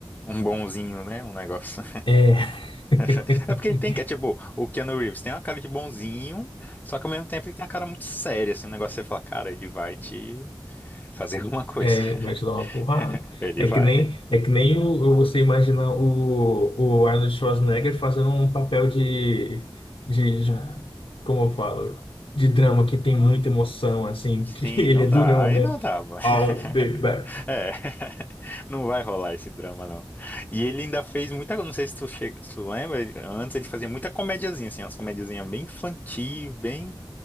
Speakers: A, on the left (about 20°); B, on the left (about 75°).
A: Um bonzinho, né? Um negócio.
B: É... <laughs>
A: <laughs> É porque ele tem que, é tipo, o Keanu Reeves tem uma cara de bonzinho, só que ao mesmo tempo ele tem uma cara muito séria, assim, um negócio que você fala, cara, ele vai te fazer alguma coisa.
B: É,
A: <laughs>
B: vai te dar uma porrada.
A: Ele
B: É
A: vai.
B: que nem, é que nem o, o- você imaginar o, o Arnold Schwarzenegger fazendo um papel de, de, de- como eu falo, de drama que tem muita emoção, assim,
A: Sim,
B: que <laughs> ele
A: não
B: é durão,
A: dá, aí
B: né?
A: não dá. bo- <laughs>
B: I'll be back.
A: É, <laughs> não vai rolar esse drama, não. E ele ainda fez muita, não sei se tu, che- se tu lembra, ele- antes ele fazia muita comediazinha, assim, umas comediazinhas bem infantil, bem.